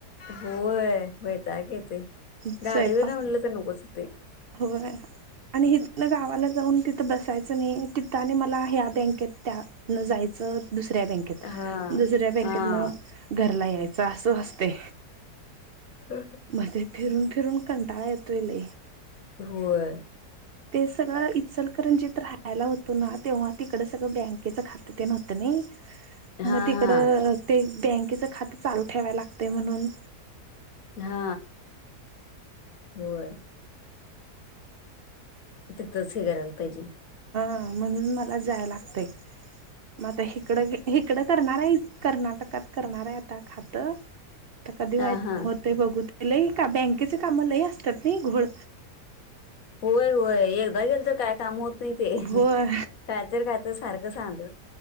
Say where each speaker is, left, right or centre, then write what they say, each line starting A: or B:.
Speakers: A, on the left; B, on the right.
A: होय भता घ येते
B: स्वयंपाक
A: गाडीवर ना म्हणलं तर नकोच ते
B: होय आणि इथन गावाला जाऊन तिथं बसायचं नाही तिथने मला ह्या बँकेत त्यान जायचं दुसऱ्या बँकेत
A: हा
B: दुसऱ्या बँकेत
A: हा
B: ना घरला यायचं असं असते
A: हम् ह
B: मग ते फिरून फिरून कंटाळा येतोला
A: होय
B: ते सगळं इल ज खयला होतो ना तेव्हा तिकड सगळं बँकेचं खातं ते नव्हतं ना
A: हा
B: मग तिकडं
A: हा
B: ते बँकेचं खातं चालू ठेवाय लागत म्हणून
A: हा बर तिथंच हे करायला पाहिजे
B: हा म्हणून मला जाय लागते म आता हकड इकडं करणार कर्नाटकात करणार आहे आता खात आता कधी व
A: हा हा
B: होत बघ ल बँकेचे काम लही असतात नाही घोड
A: होय होय एकदा गेल तर काय काम होत नाही ते
B: होय
A: काातर काातर सारखं सांत